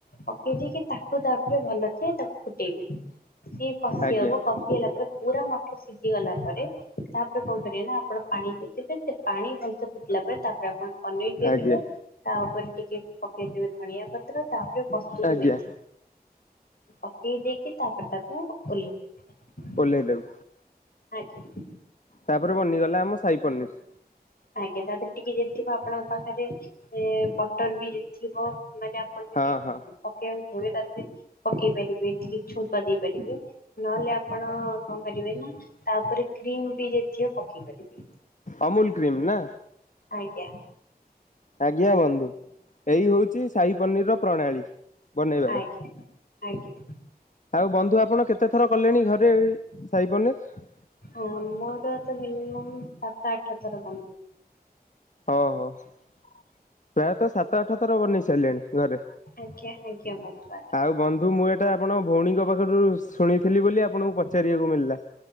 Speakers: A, on the left (about 65°); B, on the left (about 50°).
A: ପକେଇ ଦେଇକିି ତାକୁ ତାପରେ ଭଲସ ତାକୁ ଫୁଟେଇବେ ସିଏ କଷି
B: ଆଜ୍ଞା
A: ହବ କ କଷି ହେଲା ପରେ ପୁରା ମଟ ସିଜି ଗଲା ପରେ ତାପରେ କଣ କରିବେ ନା ଆପଣ ପାଣି ଜିିବେ ସେ ପାଣି ଭଲସ ଫିଟିଲା ପରେ ତାପ ତାରେ ଆପଣ ପନିର ଦେଇଦେବେ
B: ଆଜ୍ଞା
A: ତା ଉପରେ ଟିକେ ପକେଇଦବେେ ଧଣିଆ ପ ତାପରେ କସ୍ତୁରୀ
B: ଆଜ୍ଞା
A: ମେଥି ପକେଇ ଦେଇକି ତାପରେ ତାକୁ ଓଲେଇ ଦେବେ।
B: ଓହ୍ଲେଇ ଦେବୁ।
A: ଆଜ୍ଞା।
B: ତାପରେ ବନିଗଲା ଆମ ସାଇ ପନିର।
A: ଆଜ୍ଞା ତା ଦେହରେ ଟିକେ ଯେତିଥିବ ଆପଣଙ୍କ ପାଖରେ ବଟର ବି ଯଦିଥିବ ମାନେ ଆପଣ ଯଦି
B: ହଁ ହଁ
A: ପକେଇବାକୁ ହୁଏ ତାରେ ପକେଇ ପାରିବେ ଟିକ ଛୁଙ୍କ ଦେଇ ପାରିବେ। ନହେଲେ ଆପଣ କଣ କରିବେ ନା ତା ଉପରେ କ୍ରିମ ବି ଯଦିଥିବ ପକେଇ ପାରିବେ।
B: ଅମୁଲ କ୍ରିମ ନା।
A: ଆଜ୍ଞା।
B: ଆଜ୍ଞା ବନ୍ଧୁ ଏଇ ହଉଛି ସାହି ପନିରର ପ୍ରଣାଳୀ। ବନେଇବାର
A: ଆଜ୍ଞା ଆଜ୍ଞା।
B: ଆଉ ବନ୍ଧୁ ଆପଣ କେତେ ଥର କଲେଣି ଘରେ ସାହିପନିର?
A: ହଁ ମୋର ତ ମିନିମମ୍ ସାତ ଆଠ ଥର ଖଣ୍ଡେ।
B: ଓହୋ ପ୍ରାୟତଃ ସାତ ଆଠ ଥର ବନେଇ ସାରିଲେଣି ଘରେ।
A: ଆଜ୍ଞା ଆଜ୍ଞା ବନ୍ଧୁ।
B: ଆଉ ବନ୍ଧୁ ମୁଁ ଏଇଟା ଆପଣ ଭଉଣୀଙ୍କ ପାଖରୁ ଶୁଣିଥିଲି ବୋଲି ଆପଣଙ୍କୁ ପଚାରିବାକୁ ମିଳିଲା?